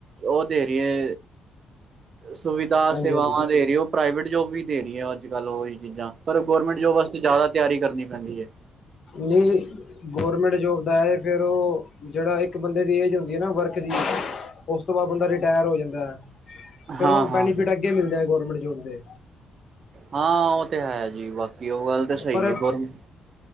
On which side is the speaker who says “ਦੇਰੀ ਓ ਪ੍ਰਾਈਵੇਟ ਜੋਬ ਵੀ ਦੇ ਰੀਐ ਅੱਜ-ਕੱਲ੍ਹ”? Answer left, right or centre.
Right